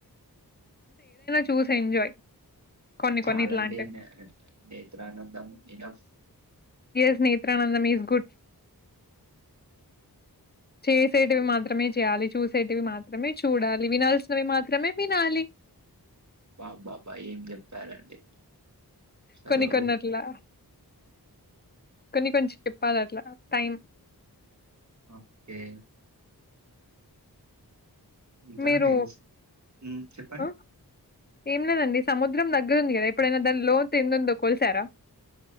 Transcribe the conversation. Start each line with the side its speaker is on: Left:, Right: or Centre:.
Left: చూసి ఎంజాయ్ కొన్ని
Right: చాలండి
Left: కొన్ని ఇట్లాంటివి
Right: న నేత్రానందం నినఫ
Left: స్ నత్రానందం ఈస్ గుడ్ చేసేటివి మాత్రమే చేయాలి చూసేటవి మాత్రమే చూడాలి వినాల్సినవి మాత్రమే వినాలి
Right: బా బాబా ఏం చెప్పారండి అసలు.
Left: కొన్ని కొన్నట్లా కొన్ని కొంచెం చెప్పాలి అట్లా టైం
Right: ఓకే ఇంకా
Left: మీరు
Right: ఏమి ఊ చెప్పండి
Left: ఆ ఏం లేదండి సముద్రం దగ్గరుంది కదా ఎప్పుడైనా దాని లోతు ఎంత ఉందో కొలిసారా